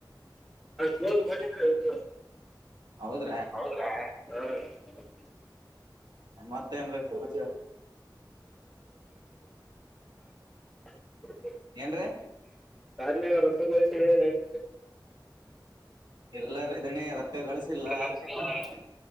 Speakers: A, in the centre; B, on the right.
A: <unintelligible>
B: ಹೌದು
A: ಹೌದ್ರಾ ಹ್ಮ.
B: ಮತ್ತೇನ್ರೀ ಸಮಾಚಾರ
A: <unintelligible> <unintelligible>
B: ಏನ್ರೀ?
A: ಕಾರಿನಾಗ ರೊತಗಿಸಿ ನಡೇ
B: ಎಲ್ಲರ ದಣಿ ರೊಕ್ಕ ಗಳಿಸಿಲ್ಲ
A: ಅಂತ ಹೇಳ್ತಾರೆ.